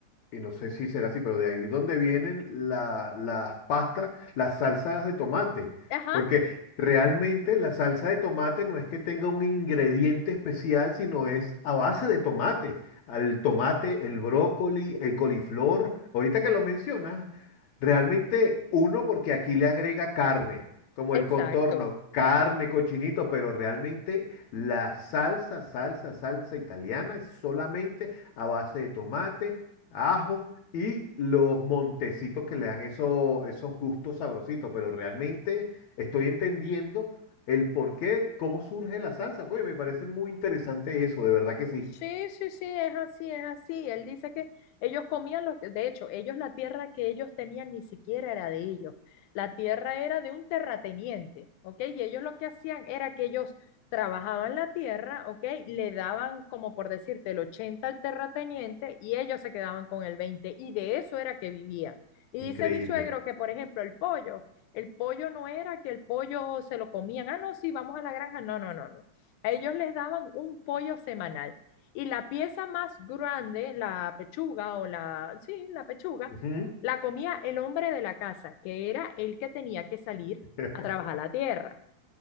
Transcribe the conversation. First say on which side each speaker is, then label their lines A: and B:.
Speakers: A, on the left; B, on the left.
A: y no sé si será así, pero de ahí es donde vienen la- las pastas, las salsas de tomate,
B: Ajá,
A: porque realmente la salsa de tomate no es que tenga un ingrediente especial, sino es a base de tomate. Al tomate, el brócoli, el coliflor, ahorita que lo mencionas, realmente uno porque aquí le agrega carne. Como
B: exacto.
A: el contorno, carne, cochinito, pero realmente la salsa, salsa, salsa italiana es solamente a base de tomate, ajo y los montecitos que le dan eso- esos gustos sabrositos. Pero realmente estoy entendiendo el por qué, cómo surge la salsa. Oye, me parece muy interesante eso, de verdad que sí.
B: Sí, sí, sí, es así, es así. Él dice que ellos comían lo que, de hecho, ellos la tierra que ellos tenían ni siquiera era de ellos. La tierra era de un terrateniente, ¿ok? Y ellos lo que hacían era que ellos trabajaban la tierra, ¿ok? Le daban, como por decirte, el 80 al terrateniente y ellos se quedaban con el 20 y de eso era que vivían. Y
A: Increíble.
B: dice mi suegro que, por ejemplo, el pollo, el pollo no era que el pollo se lo comían, ah, no, sí, vamos a la granja, no, no, no, no. A ellos les daban un pollo semanal. Y la pieza más grande, la pechuga o la, sí, la pechuga,
A: Ujú,
B: la comía el hombre de la casa, que era el que tenía que salir
A: <laughs>
B: a trabajar la tierra.